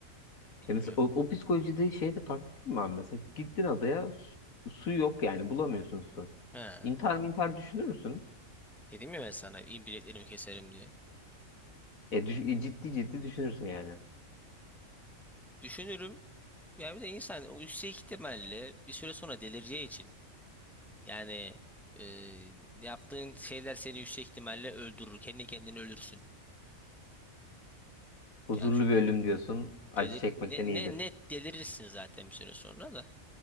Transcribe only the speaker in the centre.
bilmiyorum.
He.
Dedim ya ben sana iyi bileklerimi keserim diye.
Düşünürüm. Yani bir de insan o yüksek ihtimalle bir süre sonra delireceği için yani e, yaptığın şeyler seni yüksek ihtimalle öldürür. Kendi kendini ölürsün.
Yani çünkü
delir
ne,
ne net delirirsin zaten bir süre sonra da.